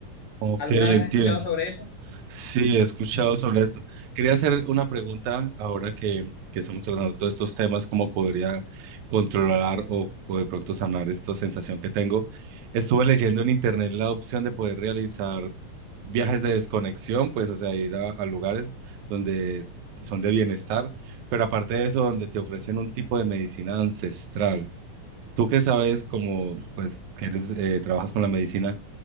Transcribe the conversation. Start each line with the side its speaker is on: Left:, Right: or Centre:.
Right: Ok,
Left: ¿Alguna
Right: entiendo.
Left: vez has escuchado sobre eso?
Right: Sí, he escuchado sobre esto. Quería hacer una pregunta ahora que, que estamos tratando todos estos temas, cómo podría controlar o, o de pronto sanar esta sensación que tengo. Estuve leyendo en internet la opción de poder realizar viajes de desconexión, pues, o sea, ir a, a lugares donde son de bienestar, pero aparte de eso, donde te ofrecen un tipo de medicina ancestral. Tú que sabes, como, pues, que eres, eh, trabajas con la medicina.